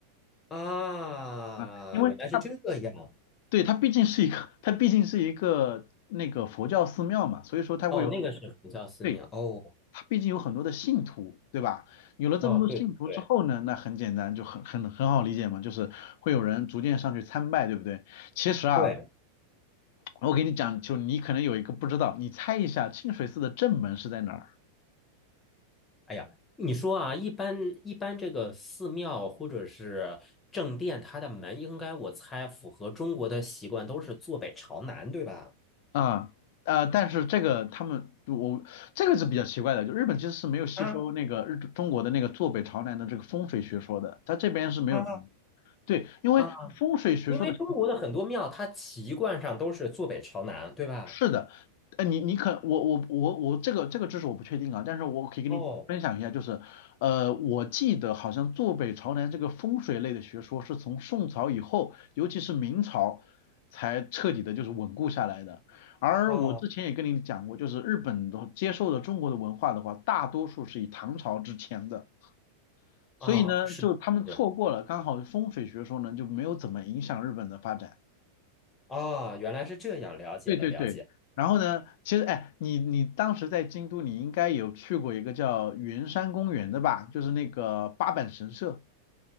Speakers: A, on the left (about 20°); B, on the left (about 50°).
A: 啊，
B: 啊，因为它
A: 原来是这样
B: 对，它毕竟是一个，它毕竟是一个那个佛教寺庙嘛，所以说它会有很，
A: 哦，那个是佛教寺庙哦
B: 对，它毕竟有很多的信徒，对吧？有了这么多信徒之后呢，
A: 哦，对对
B: 那很简单，就很很很好理解嘛，就是会有人逐渐上去参拜，对不对？其实啊，
A: 对，
B: 我给你讲，就你可能有一个不知道，你猜一下清水寺的正门是在哪儿？
A: 哎呀，你说啊，一般一般这个寺庙或者是正殿，它的门应该我猜符合中国的习惯，都是坐北朝南，对吧？
B: 啊呃，但是这个他们我这个是比较奇怪的，就日本其实是没有吸收那个日中国的那个坐北朝南的这个风水学说的，
A: 啊
B: 它这边是没有的
A: 啊
B: 对，因为风水学说的
A: 啊！因为中国的很多庙，它习惯上都是坐北朝南，对吧？
B: 是的，呃，你你可我我我我这个这个知识我不确定啊，但是我可以跟你分享一下，
A: 哦
B: 就是呃，我记得好像坐北朝南这个风水类的学说是从宋朝以后，尤其是明朝才彻底的就是稳固下来的。而我之前也跟你讲过，
A: 哦
B: 就是日本的接受的中国的文化的话，大多数是以唐朝之前的，所以呢，
A: 啊，是是
B: 就他们错过了，刚好风水学说呢就没有怎么影响日本的发展。
A: 啊，原来是这样，了解了了解。
B: 对对对，然后呢，其实哎，你你当时在京都，你应该有去过一个叫圆山公园的吧？就是那个八坂神社，